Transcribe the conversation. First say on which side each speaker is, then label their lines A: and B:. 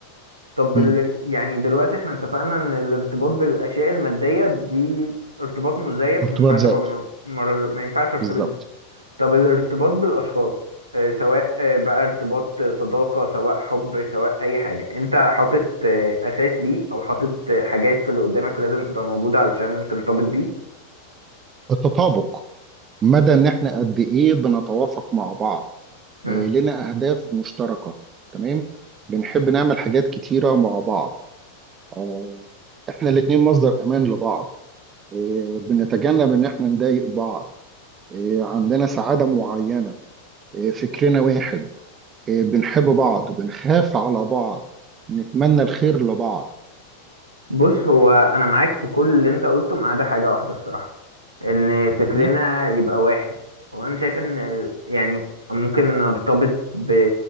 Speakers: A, on the right (about 85°); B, on the right (about 25°).
A: طب
B: مم.
A: ال... يعني دلوقتي احنا اتفقنا ان الارتباط بالاشياء المادية دي ارتباط مزيف
B: ارتباط
A: ما ينفعش
B: زائف
A: ابقى مر... مر... ما ينفعش ارتبط
B: بالظبط
A: بيه طب الارتباط بالاشخاص آه، سواء آه، بقى ارتباط صداقة سواء حب سواء اي حاجة انت حاطط آه، اساس ليه او حاطط آه، حاجات في اللي قدامك لازم تبقى موجودة علشان ترتبط بيه
B: التطابق مدى ان احنا قد ايه بنتوافق مع بعض
A: مم.
B: آه، لنا أهداف مشتركة تمام بنحب نعمل حاجات كتيرة مع بعض آه، إحنا الاتنين مصدر أمان لبعض آه، بنتجنب إن إحنا نضايق بعض آه، عندنا سعادة معينة آه، فكرنا واحد آه، بنحب بعض بنخاف على بعض نتمنى الخير لبعض
A: بص هو انا معاك في كل اللي انت قلته ما عدا حاجه واحده الصراحه ان فكرنا
B: مم؟
A: يبقى واحد وانا شايف ان ال- يعني ممكن ارتبط ب